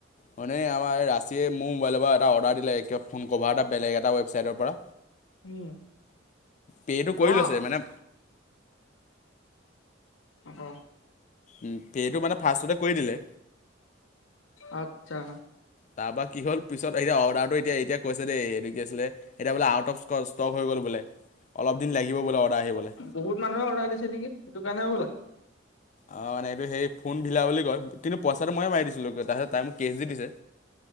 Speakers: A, on the left (about 40°); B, on the left (about 85°).
A: ভনী এ আমাৰ এই ৰাছচীয়ে মোৰ মোবাইলৰ পৰা এটা অৰ্ডাৰ দিলে, কিবা ফোন কভাৰ এটা বেলেগ এটা ৱেবছাইটৰ পৰা
B: উম
A: পে টো
B: অ
A: কৰি লৈছে মানে,
B: অ'
A: ওম পেটো মানে ফাৰ্ষ্টতে কৰি দিলে।
B: <unintelligible> আচ্ছা।
A: তাৰপৰা কি হ'ল, পিছত এতিয়া অৰ্ডাৰটো এতিয়া এতিয়া কৈছে দেই। এইটো কি আছিলে এতিয়া বোলে আউট অফ স্কত ষ্টক হৈ গ'ল বোলে। অলপ দিন লাগিব বোলে অৰ্ডাৰ আহিবলে
B: বহুত মানুহে অৰ্ডাৰ দিছে নেকি, সেইটো কাৰণে হ'বলা।
A: অঁ মানে এইটো সেই, ফোন ভিলা বুলি কয়। কিন্তু পইচাটো মই মাৰি দিছিলো তাৰপিছত তাই মোক কেচ দি দিছে।